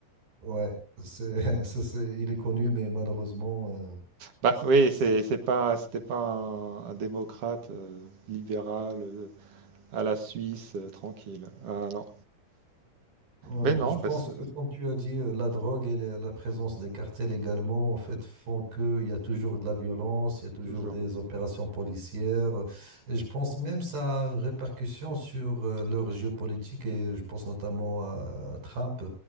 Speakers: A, on the right (about 65°); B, on the right (about 80°).
A: ouais, c'est, <laughs> c'est- c'est- il est connu, mais malheureusement, euh,
B: Bah oui,
A: c'est-
B: c'est c'est pas c'était pas un, un démocrate euh, libéral euh, à la Suisse euh, tranquille. Ah non,
A: Ouais,
B: Mais non,
A: je pense
B: bah, c'est
A: que comme tu as dit, euh, la drogue et les- la présence des cartels également, en fait, font qu'il y a toujours de la violence, il y a toujours
B: c'est toujours.
A: des opérations policières. Et je pense même ça a une répercussion sur euh, leur géopolitique et je pense notamment à, à Trump